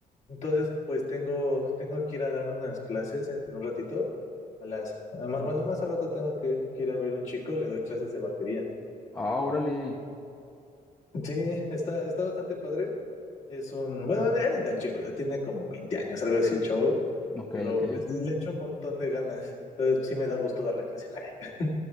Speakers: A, on the left; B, on the left.
A: Entonces, pues tengo, tengo que ir a dar unas clases en un ratito. A las, a ma- bueno, más al rato tengo que, que ir a ver un chico, le doy clases de batería.
B: ah, órale,
A: Sí, está, está bastante padre. Es un, bueno, ya ni tan chico, ya tiene como 20 años, algo así el chavo,
B: ok,
A: pero
B: ok.
A: pues le echo un montón de ganas. Entonces sí me da gusto darle clase. <laughs>